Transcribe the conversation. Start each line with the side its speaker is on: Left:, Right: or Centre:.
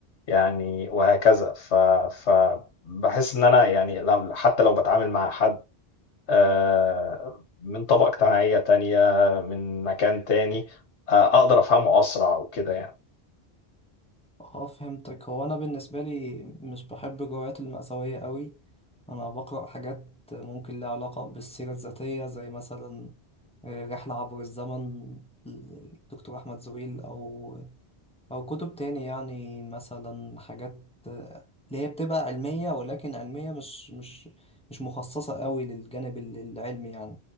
Left: يعني وهكذا. ف فباحس إن أنا يعني لم حتى لو باتعامل مع حد آه، من طبقة اجتماعية تانية من مكان تاني آه، أقدر أفهمه أسرع وكده يعني
Centre: آه فهمتك هو أنا بالنسبة لي مش بحب الروايات المأساوية قوي أنا بقرأ حاجات ممكن لها علاقة بالسيرة الذاتية زي مثلا آه، رحلة عبر الزمن دكتور أحمد زويل أو أو كتب تاني يعني مثلا حاجات آه، اللي هي بتبقى علمية ولكن علمية مش مش مش مخصصة قوي للجانب ال- العلمي يعني